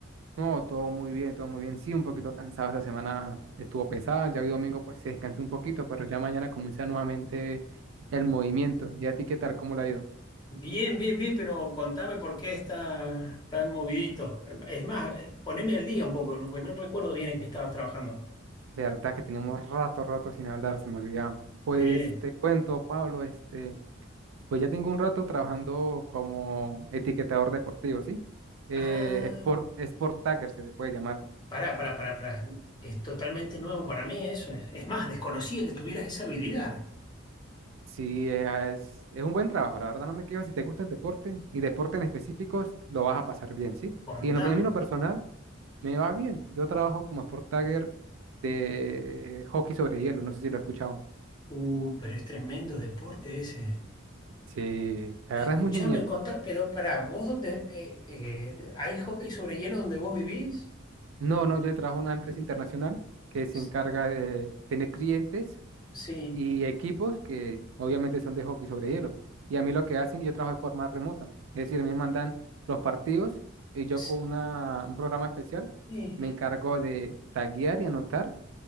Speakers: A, on the right (about 75°); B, on the left (about 20°).
A: No, todo muy bien, todo muy bien. Sí, un poquito cansado esta semana, estuvo pesada, ya hoy domingo pues se descansó un poquito, pero ya mañana comienza nuevamente el movimiento. ¿Y a ti qué tal? ¿Cómo le ha ido?
B: Bien, bien, bien, pero contame por qué estás tan movidito. Es más, eh, poneme al día un poco, porque no recuerdo bien en qué estabas trabajando.
A: De verdad que tenemos rato, rato sin hablar, se me olvidaba. Pues
B: Sí.
A: te cuento, Pablo, este, pues ya tengo un rato trabajando como etiquetador deportivo, ¿sí? Eh,
B: Ah,
A: sport, sport tagger se le puede llamar.
B: pará, pará, pará, pará. Es totalmente nuevo para mí eso. Es, es más, desconocía que tuvieras esa habilidad.
A: Sí, eh, ah, es, es un buen trabajo, la verdad no me quejo. Si te gusta el deporte y deporte en específicos, lo vas a pasar bien, ¿sí?
B: Contame.
A: Y en lo, a mí en lo personal, me va bien. Yo trabajo como sport tagger de hockey sobre hielo, no sé si lo he escuchado.
B: Uh, pero es tremendo deporte ese.
A: Sí, la
B: Escuchame,
A: verdad es muy genial.
B: contá, pero pará, ¿vos dónde? eh, eh, ¿hay hockey sobre hielo donde vos vivís?
A: No, no, yo trabajo en una empresa internacional que se
B: S-
A: encarga de tener clientes
B: Sí,
A: y equipos que obviamente son de hockey sobre hielo. Y a mí lo que hacen, yo trabajo de forma remota. Es decir, a mí me mandan los partidos y yo
B: S-
A: con una, un programa especial
B: sí.
A: me encargo de taguear y anotar